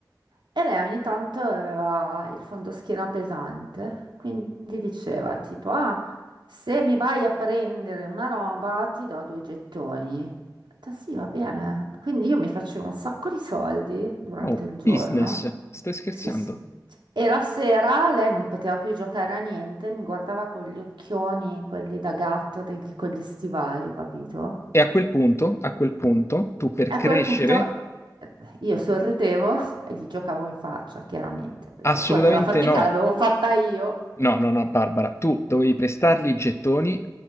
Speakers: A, on the right; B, on the left.
A: E lei ogni tanto aveva il fondoschiena pesante, quindi diceva tipo, ah, se mi vai a prendere una roba ti do due gettoni. Ho detto, sì, va bene. Quindi io mi facevo un sacco di soldi durante
B: Oh,
A: il giorno.
B: business, stai scherzando?
A: Sì, sì. E la sera lei non poteva più giocare a niente, mi guardava con gli occhioni, quelli da gatto, degli- con gli stivali, capito?
B: E a quel punto, a quel punto, tu per
A: E
B: crescere,
A: a quel punto eh, io sorridevo e gli giocavo in faccia, chiaramente. Perché,
B: assolutamente
A: ascolta, la fatica
B: no.
A: l'avevo fatta io.
B: No, no, no, Barbara, tu dovevi prestargli i gettoni